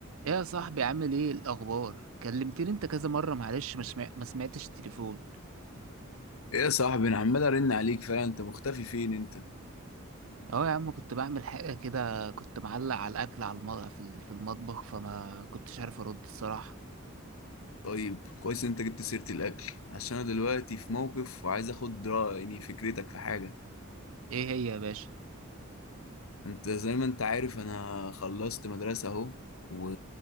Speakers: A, on the right (about 80°); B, on the left (about 80°).
A: ايه يا صاحبي عامل ايه الاخبار كلمتني انت كذا مره معلش مش ما سمع- ما سمعتش التليفون
B: ايه يا صاحبي انا عمال ارن عليك فعلا انت مختفي فين انت
A: اهو يا عم كنت بعمل حاجه كده كنت معلق على الاكل على المطبخ في ال- في المطبخ فما كنتش عارف ارد الصراحه
B: طيب كويس إن انت جبت سيرة الاكل عشان انا دلوقتي في موقف وعايز اخد رأي يعني فكرتك في حاجة
A: ايه هي يا باشا
B: انت زي ما انت عارف انا خلصت مدرسة اهو و...